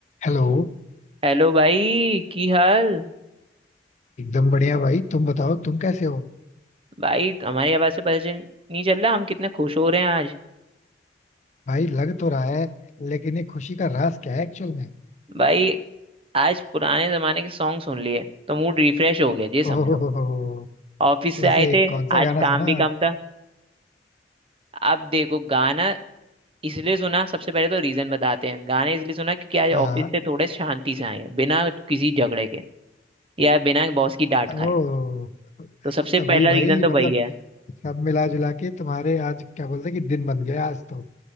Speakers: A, on the left (about 40°); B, on the right (about 30°).
A: Hello
B: हेलो भाई की हाल
A: एकदम बढ़िया भाई तुम बताओ तुम कैसे हो
B: भाई हमारी आवाज से पता चल नहीं चल रहा हम कितने खुश हो रहे हैं आज
A: भाई लग तो रहा है लेकिन ये खुशी का राज क्या है एक्चुअल में
B: भाई आज पुराने जमाने के सॉन्ग सुन लिए तो मूड रिफ्रेश हो गया ये समझो
A: ओहो
B: ऑफिस से
A: वैसे
B: आए थे
A: कौन सा
B: आज
A: गाना
B: काम
A: सुना
B: भी कम था अब देखो गाना इसलिए सुना सबसे पहले तो रीजन बताते हैं गाने इसलिए सुना क्योंकि आज
A: हाँ
B: ऑफिस से थोड़े शांति से आए हैं बिना किसी झगड़े के या बिना बॉस की डांट
A: ओ
B: खाए तो सबसे
A: तभी
B: पहला
A: भाई
B: रीजन तो
A: मतलब
B: वही है
A: सब मिला जुला के तुम्हारे आज क्या बोलते हैं कि दिन बन गया आज तो